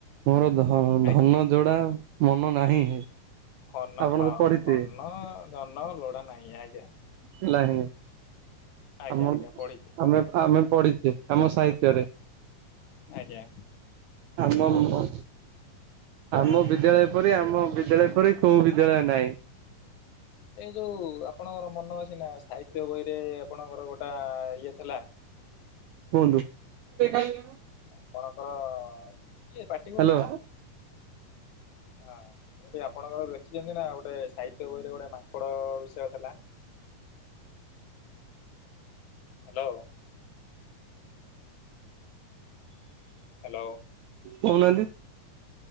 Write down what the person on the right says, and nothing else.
ମୋର ଧ
ଧନ ଯୋଉଟା ମନ ନାହିଁ।
ଆପଣ
ତ ପଢିଥିବେ
ହେଲା ହିନି।
ଆମ
ଆମେ ଆମେ ପଢି଼ଚେ ଆମ ସାହିତ୍ୟରେ।
ଆମ ମ ଆମ ବିଦ୍ୟାଳୟ ପରି, ଆମ ବିଦ୍ୟାଳୟ ପରି କୋଉଁ ବିଦ୍ୟାଳୟ ନାହିଁ।
କୁଅନ୍ତୁ। <inaudible>
ହ୍ୟାଲୋ
କଉନାହାନ୍ତି।